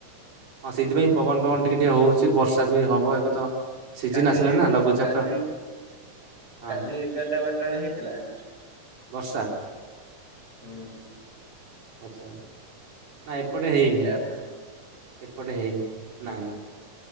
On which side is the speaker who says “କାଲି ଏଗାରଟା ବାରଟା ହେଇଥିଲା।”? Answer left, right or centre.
Right